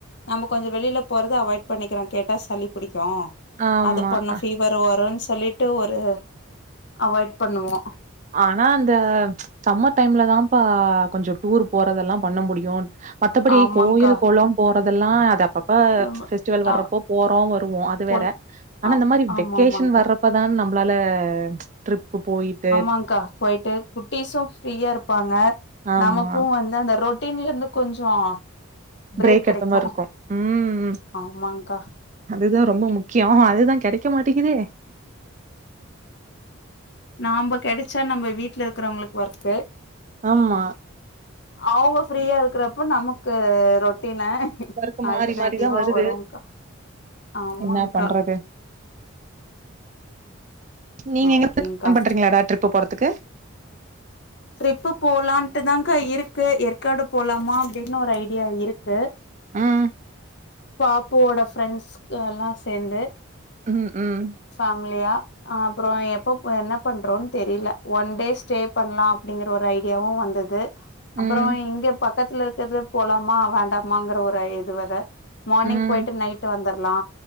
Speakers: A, on the left; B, on the right.
A: நம்ம கொஞ்சோ வெளில போறது அவாய்ட் பண்ணிக்கிறோ கேட்டா சளி புடிக் கு
B: ஆமா.
A: அது பண்ணு
B: அ
A: ஃபீவர் வருன் சொல்லிட்டு ஒரு அவாய்ட் பண்ணுவோ
B: ஆனா அந்த சம்மர் டைம்ல தாம்ப்பா கொஞ்சோ டூர் போறதெல்லா பண்ண முடியு மத்தபடி
A: ஆமாங்க்கா
B: கோயில் கொளோன்னு போறதெல்லா அது அப்பப்ப
A: நம்ம
B: பெஸ்டிவல் வர்றப்போ
A: ஆ
B: போறோ வருவோ அது
A: போல
B: வேற ஆனா
A: ஆ
B: இந்த மாரி
A: ஆமா
B: வெக்கேஷன்
A: ஆமாங்க்கா
B: வர்றப்பதான நம் நம்ளால டிரிப் போய்ட்டு
A: மாங்கா போய்ட்டு குட்டிஸு ஃப்ரீயா இருப்பாங்க
B: ஆமா.
A: நமக்கு வந்து அந்த ரொ ட்டின்ல இருந்து கொஞ்சோ பிரேக்
B: ப்ரேக்
A: கெடைக்கு
B: எடுத்த மாரி இருக்கு ம்
A: ஆமாங்க்கா
B: அதுதா ரொம்ப முக்கியோ அதுதா கெடைக்க மாட்டேங்குதே
A: நாம்ப கெடைச்சா நம்ம வீட்ல இருக்கறவங்களுக்கு ஒர்க்கு
B: ஆமா
A: அவங்க ஃப்ரீயா இருக்கிறப்போ நமக்கு ரொட்டின் னு
B: எல்லாருக்கும்
A: ஆல்டர்னேட்டிவா
B: மாறி மாறி தான் வருது.
A: வருங்க்கா ஆமாங்க்கா
B: என்ன பண்றது? நீங்க எங்கயாது
A: ஓகேங்க்கா
B: ப்ளான் பண்றீங்களாடா ட்ரிப்பு போறதுக்கு
A: ட்ரிப்பு போலான்ட்டுதாங்க இருக்கு ஏற்காடு போலாமா அப்டின்னு ஒரு ஐடியா இருக்கு
B: ம்
A: பாப்புவோட ஃப்ரெண்ட்ஸ் எல்லா சேந்து
B: ம் ம்.
A: ஃபேமிலியா ஆ அப்றோ எப்போ என்ன பண்றோன்தெரில ஒன் டே ஸ்டே பண்லா அப்டிங்கிற ஒரு ஐடியாவு வந்துது
B: ம்,
A: அப்றோ இங்க பக்கத்துல இருக்கது போலாமா வேண்டாமாங்ற ஒரு இது வேற மார்னிங்
B: ம்,
A: போய்ட்டு நைட்டு வந்துர்லா